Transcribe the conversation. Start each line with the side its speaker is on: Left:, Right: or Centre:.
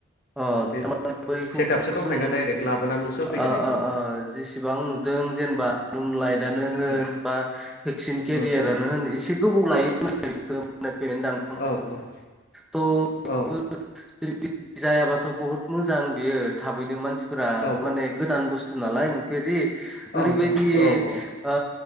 Centre: ओ।
Left: बे
Centre: अ बैखौथ'
Left: सेटआपसो दंखायोना
Centre: जों <unintelligible>
Left: डाइरेक्ट लाबोनानैल'सो होफैगोन बेखौ
Centre: जेसेबां नुदों जेनेबा रुम लाइट। नो होन
Left: उम
Centre: बा भेकसिन केरियारआनो
Left: उम उम
Centre: होन एसे गोबाव लायो होन <unintelligible> <unintelligible>
Left: औ औ।
Centre: द'
Left: औ
Centre: <unintelligible> ज जायाबाथ' बहुत मोजां बियो थाबैनो मानसि <unintelligible> फोरा
Left: औ
Centre: माने गोदान बुस्थु नालाय नुफेरि ओरैबायदि।
Left: औ औ औ
Centre: ओ